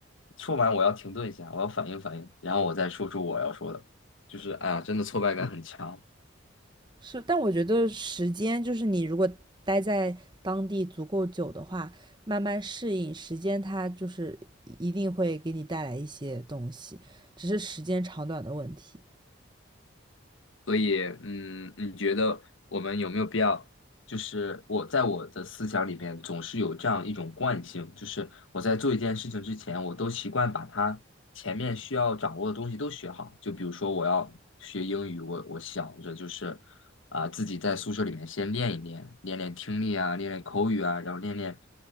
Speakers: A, on the left; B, on the right.
A: 说完我要停顿一下，我要反应反应，然后我再说出我要说的，就是哎呀，真的挫败感很强，
B: 是，但我觉得时间就是你如果待在当地足够久的话，慢慢适应，时间它就是一定会给你带来一些东西，只是时间长短的问题，
A: 所以嗯，你觉得我们有没有必要？就是我在我的思想里面总是有这样一种惯性，就是我在做一件事情之前，我都习惯把它前面需要掌握的东西都学好。就比如说我要学英语，我我想着就是啊、自己在宿舍里面先练一练，练练听力啊，练练口语啊，然后练练